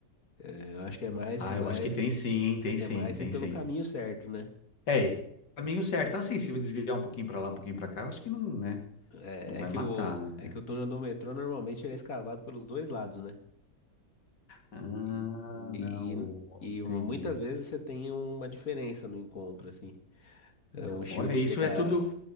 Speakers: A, on the left; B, on the left.
A: É, eu acho que é mais,
B: ah,
A: mais,
B: eu acho que tem sim, hein? Tem
A: acho que
B: sim,
A: é mais
B: tem
A: ir pelo
B: sim.
A: caminho certo, né?
B: É, caminho certo. Assim, se desviar um pouquinho para lá, um pouquinho para cá, eu acho que não, né?
A: É,
B: Não vai
A: é que
B: matar,
A: o,
B: né?
A: é que
B: é.
A: o túnel do metrô normalmente ele é escavado pelos dois lados, né?
B: Ah,
A: E,
B: não,
A: e, e
B: entendi.
A: muitas vezes você tem uma diferença no encontro, assim. É, o shield
B: Olha,
A: chega
B: isso é tudo.